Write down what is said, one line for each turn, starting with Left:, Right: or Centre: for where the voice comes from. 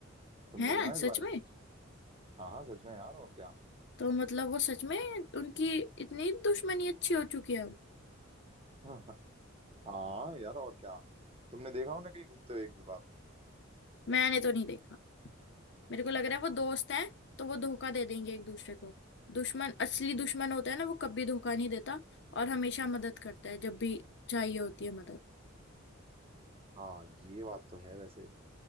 Right: तुमने
Left: हैं
Right: सुना है इस
Left: सच
Right: बारे
Left: में
Right: में कुछ हाँ हाँ सच में यार और क्या
Left: तो मतलब वो सच में उनकी इतनी दुश्मनी अच्छी हो चुकी है अब
Right: <laughs> हाँ यार और क्या तुमने देखा उन्हें कहीं घूमते हुए एक भी बार
Left: मैंने तो नहीं देखा मेरे को लग रहा है वो दोस्त हैं तो वो धोखा दे देंगे एक दूसरे को दुश्मन असली दुश्मन होता है ना वो कभी धोखा नहीं देता और हमेशा मदद करता है जब भी चाहिए होती है मदद
Right: हाँ ये बात तो है वैसे